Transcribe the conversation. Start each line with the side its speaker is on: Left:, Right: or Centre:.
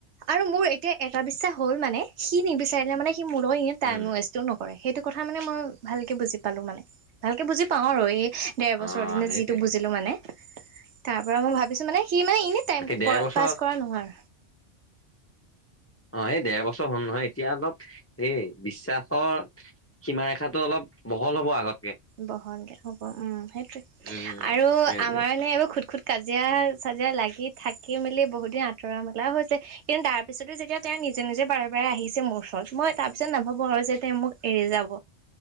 Right: আৰু মোৰ এতিয়া এটা বিশ্বাস হ'ল মানে, সি নিবিচাৰিলে মানে সি মোৰ লগত
Left: উম
Right: টাইম ৱেষ্টটো ন- কৰে, সেইটো কথা মানে মই ভালকে বুজি পালো মানে ভালকে বুজি পাওঁ আৰু এ ডেৰ
Left: অ
Right: বছৰৰ দিনত
Left: সেইটোৱে
Right: যিটো বুজিলোঁ মানে তাৰ পৰা মই ভাবিছোঁ মানে সি মানে এনেই টাইম
Left: দেৰ বছৰ
Right: পাছ কৰা নহয়
Left: অ এই ডৰ বছৰ হ'ল নহয় এতিয়া অলপ এই বিশ্বাসৰ সীমা ৰেখাতটো অলপ বহল হ'ব আগত
Right: বহলকে হ'ব উম সেইটোৱে
Left: উম
Right: আৰু
Left: সেইটোৱে
Right: আমাৰ নে এইবোৰ খুট-খুট কাজিয়া চাজিয়া লাগি থাকি মেলি বহুতদিন আঁতৰা মেলাও হৈছে। কিন্তু তাৰ পিছতো যেতিয়া তেওঁ নিজে-নিজে বাৰে-বাৰে আহিছে মোৰ ওচৰত মই তাৰপিছত নাভাভো আৰু যে তেওঁ মোক এৰি যাব।